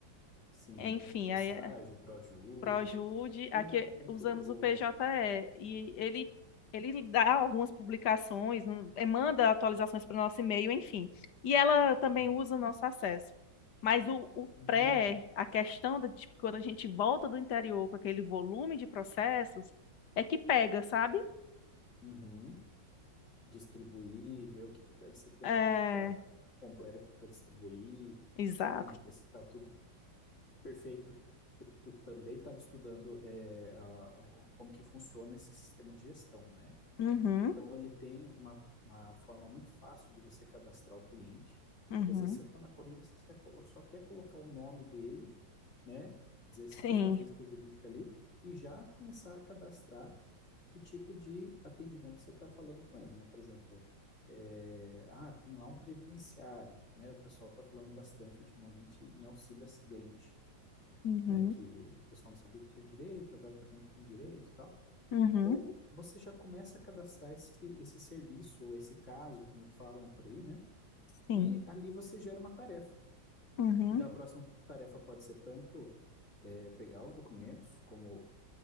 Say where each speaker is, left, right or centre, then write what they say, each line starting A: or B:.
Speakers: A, on the left (about 40°); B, on the left (about 65°).
A: sim.
B: enfim,
A: O estágio,
B: aí é
A: o ProJude,
B: Projude,
A: tem,
B: aqui
A: tem
B: usamos
A: tudo. O,
B: o PJE, e e ele, ele dá algumas publicações, um, eh, manda atualizações para o nosso e-mail, enfim. E ela também
A: uhum.
B: usa o nosso acesso. Mas o, o
A: Uhum.
B: pré, a questão de tipo, quando a gente volta do interior com aquele volume de processos, é que pega, sabe?
A: Uhum. Distribuir, ver o que que tá, se tem
B: É,
A: algum que está completo para distribuir,
B: exato.
A: entende? Ver se está tudo perfeito. Eu, eu também estava estudando é, a- o- como que funciona esse sistema de gestão, né?
B: Uhum,
A: Então, ele tem uma, uma forma muito fácil de você cadastrar o cliente.
B: uhum,
A: Porque às vezes você está na corrida, você só só quer colocar o nome dele, né? Dizer se é
B: sim.
A: pessoa física ou jurídica ali, e já começar a cadastrar que tipo de atendimento você está falando com ele, né? Por exemplo, é, ah, tem lá um previdenciário, né? O pessoal está falando bastante ultimamente em auxílio acidente,
B: Uhum,
A: né? Que o pessoal não sabia que tinha direito, agora está vendo que tem direito e tal.
B: uhum,
A: Então, você já começa a cadastrar esse, esse serviço, ou esse caso, como falam por aí, né?
B: sim.
A: E ali você gera uma tarefa.
B: Uhum,
A: Então, a próxima tarefa pode ser tanto é, pegar os documentos, como